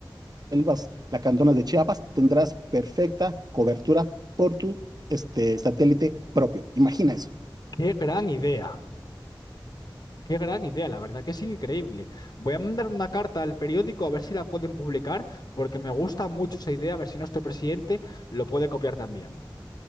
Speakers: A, on the right; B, on the left.
A: selvas lacandonas de Chiapas. Tendrás perfecta cobertura por tu este, satélite propio. Imagina eso.
B: Qué gran idea. Qué gran idea, la verdad que es increíble. Voy a mandar una carta al periódico a ver si la pueden publicar, porque me gusta mucho esa idea, a ver si nuestro presidente lo puede copiar también.